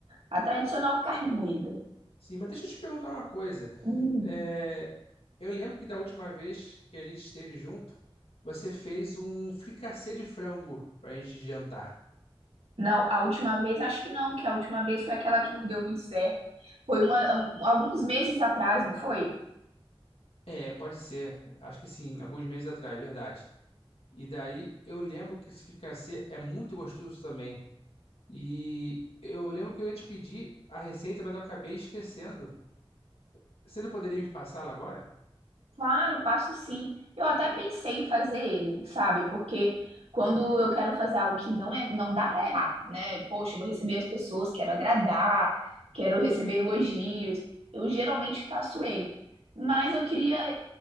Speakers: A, on the right; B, on the left.
A: a tradicional carne moída.
B: Sim, mas deixa eu te perguntar uma coisa.
A: Hum,
B: É, eu lembro que da última vez que a gente esteve junto, você fez um fricassê de frango para a gente jantar.
A: não, a última vez, acho que não, que a última vez foi aquela que não deu muito certo. Foi uma, um- alguns meses atrás, não foi?
B: É, pode ser. Acho que sim, alguns meses atrás, verdade. E daí eu lembro que esse fricassê é muito gostoso também. E eu lembro que eu ia te pedir a receita, mas eu acabei esquecendo. Você não poderia me passá-la agora?
A: Claro, passo sim. Eu até pensei em fazer ele, sabe? Porque quando eu quero fazer algo que não é, não dá pra errar, né? Poxa, eu vou receber as pessoas, quero agradar, quero receber elogios. Eu geralmente faço ele. Mas eu queria